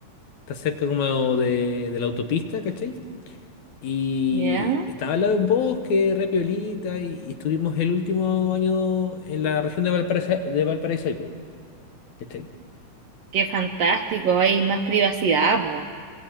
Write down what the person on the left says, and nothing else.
Está cerca como de, de la autopista, ¿cachai? Y
estaba al lado de un bosque, re piolita, y, y estuvimos el último año en la región de Valparaíso, de Valparaíso, ahí, po, ¿cachai?